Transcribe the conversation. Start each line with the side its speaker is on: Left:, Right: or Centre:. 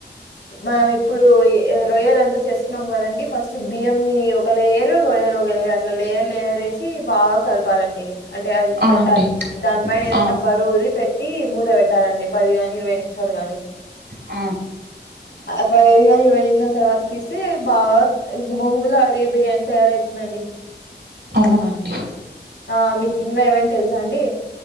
Left: మనం ఇప్పుడు ఈ రొయ్యలంతా చేసుకున్నాం కదండి, ఫస్ట్ బియ్యన్నీ ఒక లేయరు రో. రొయ్యలు ఒక లేయర్ అట్లా లేయర్ లేయర్ ఏసి బాగా కలపాలండి అంటే అది
Right: ఆ
Left: పెట్టాలి
Right: అండి
Left: దాన్పైన ఏదన్న
Right: ఆ
Left: బరువుది పెట్టి మూద పెట్ ట్టాలండి పది గాని ఇరవై నిమిషాలు గాని
Right: అ
Left: అ పదైదుగాని, ఇరవై నిమ్షాల తర్వాత తీస్తే బాగా గుమ్మగుమ్మలాడే బిర్యానీ తయారయితుందండి. <inaudible>
Right: అవునండి
Left: ఆ మీకు ఇంగా ఏమైనా తెలుసాండి